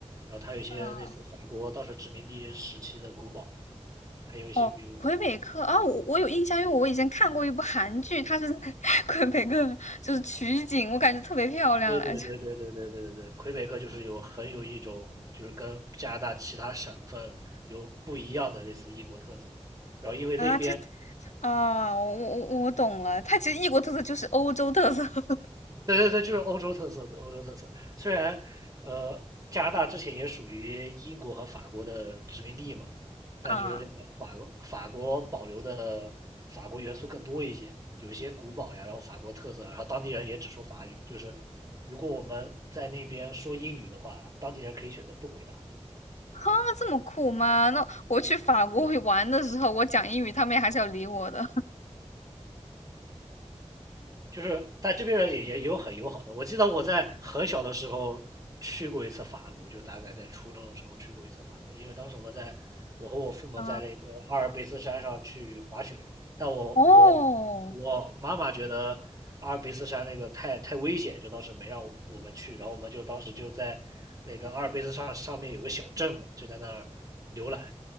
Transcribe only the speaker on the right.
然后它有一些类似法国当时殖民地时期的古堡，
还有一些比如，
对对对对对对对对对，魁北克就是有很有一种就是跟加拿大其他省份有不一样的类似异国特色，然后因为那边
对对对，就是欧洲特色的欧洲特色。虽然呃，加拿大之前也属于英国和法国的殖民地嘛，但就是那个法国法国保留的法国元素更多一些，
有一些古堡呀，然后法国特色啊，然后当地人也只说法语。就是如果我们在那边说英语的话，当地人可以选择不回答。
对，
就是但这边人也也有很友好的。我记得我在很小的时候去过一次法国，就大概在初中的时候去过一次法国，因为当时我们在我和我父母在那个阿尔卑斯山上去滑雪，
但我我我妈妈觉得阿尔卑斯山那个太太危险，
就当时没让我们去，然后我们就当时就在那个阿尔卑斯山上面有个小镇嘛，就在那儿浏览。